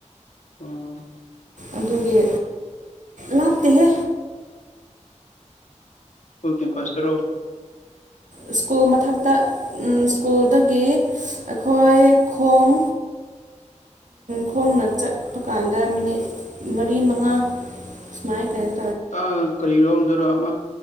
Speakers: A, on the left; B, on the right.
A: ꯎꯝ
B: ꯑꯗꯨꯒꯤ ꯂꯥꯞꯇꯦꯍꯦ
A: ꯏꯁꯀꯨꯜ ꯀꯦꯝꯄꯥꯁꯇꯔꯣ
B: ꯏꯁꯀꯨꯜ ꯃꯊꯛꯇ ꯏꯁꯀꯨꯜꯗꯒꯤ ꯑꯩꯈꯣꯏ ꯈꯣꯡ ꯈꯣꯡꯅ ꯆꯠꯄ ꯀꯥꯟꯗ ꯃꯤꯅꯤꯠ ꯃꯔꯤ ꯃꯉꯥ ꯁꯨꯃꯥꯏ ꯀꯩ
A: ꯑ ꯀꯔꯤꯔꯣꯝꯗꯔꯣ ꯑꯃ